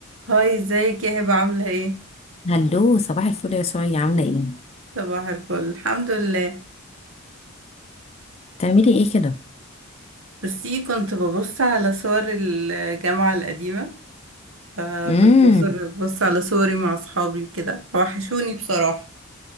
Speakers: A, on the right; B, on the left.
A: هاي ازيك يا هبة عاملة ايه؟
B: هلو صباح الفل يا سوريا عاملة ايه؟
A: صباح الفل الحمد لله
B: بتعملي ايه كده؟
A: بصي كنت ببص على صور الجامعة القديمة فكنت
B: امم
A: بصر ببص على صوري مع اصحابي وكده وحشوني بصراحة